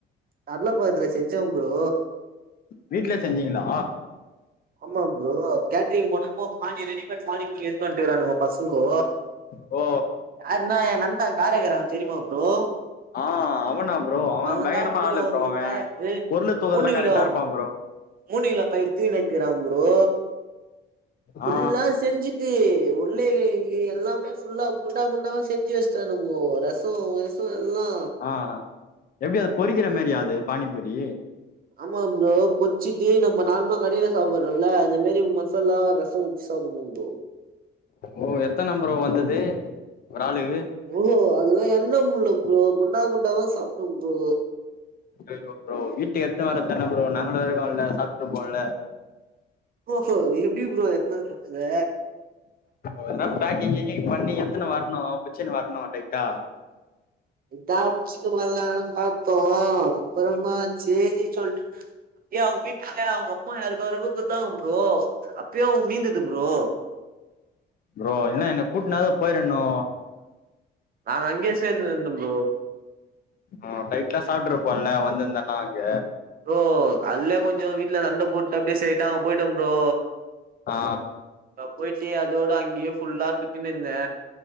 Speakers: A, on the right; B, on the left.
A: கடல கொளதுல செஞ்ச ப்ரோ
B: வீட்ல செஞ்சீங்ளா
A: ஆமா ப்ரோ கேட்ரிங் போனப்போ பானி ரெடிமேட் பானிபூரி எத்துனு வந்ட்ருக்காணுங்கோ பசங்கோ
B: ஓ
A: யாருனா எ நண்பே காரைகாரே தெரியுமா ப்ரோ
B: ஆ அவனா ப்ரோ அவன்
A: அவதா
B: பயங்கரமா
A: ப்ரோ
B: ஆளு
A: ஒரு
B: அவன்
A: பே ஏ
B: பொருள தூக்கறதுலா
A: மூணு
B: கரெக்டா
A: கிலோ
B: இருப்பான் ப்ரோ
A: மூணுகிலோ பயிர் எத்து நட்டுக்குறா ப்ரோ ஃபுல்லா
B: ஆ
A: செஞ்சு யே உள்ளே வெளியே எல்லாமே ஃபுல்லா குண்டா குண்டாவா செஞ்சு வெச்டானுங்கோ ரசசோ வெ எல்லா
B: ஆ எப்டி அது பொறிக்கிற மாரியா அது பானிபூரி
A: ஆமா ப்ரோ பொச்சிட்டு நம்ம நார்மலா கடைல சாப்பட்றோல அந்த மாரி மசாலா ர சோ ஊத்தி சாப்பட்னு ப்ரோ
B: ஓ எத்தன் நம்பரு வந்தது ஒரு ஆளுகு
A: ப்ரோ அதெல்லா எண்ண முள்ள ப்ரோ குண்டா குண்டாவா சாப்ட்டோ ப்ரோ
B: ஐய்யோ ப்ரோ வீட்டுக் எட்டு வரத்தான ப்ரோ நாங்களு இருக்கோல சாப்ட்ருபோல
A: ஓஹோ இது எப்டி ப்ரோ எத்னு வரது
B: எதுனா பேக்கிங் கீக்கிங் பண்ணி எத்துனு வர்ணு புச்சுன்னு வர்ணு டைட்டா
A: தா பிச்சிகு கூடாதுனா பாதோ அப்பறமா சேரி சொல்ட் ஏ அவுங்க வீட்ல அவுங்க அம்மா யாருக்கு யாருக்கோ குத்தாங்க ப்ரோ அப்பயு அவுங்க மீந்தது ப்ரோ
B: ப்ரோ என்ன என்ன கூட்டுனாது போய்ற்கனோ
A: நாங்க அங்கே சேந்திருதே ப்ரோ
B: ஆ டைட்டா சாப்ட்ருப்போல வந்திருந்தன்னா அங்க
A: ப்ரோ கால்லே கொஞ்சோ வீட்ல சண்ட போட்டு அப்டியே செய்ட்டா அங்க போய்ட்டே ப்ரோ
B: ஆ
A: அ போய்ட்டு அதோடு அங்கயே ஃபுல்லா சுத்தின் இருந்தே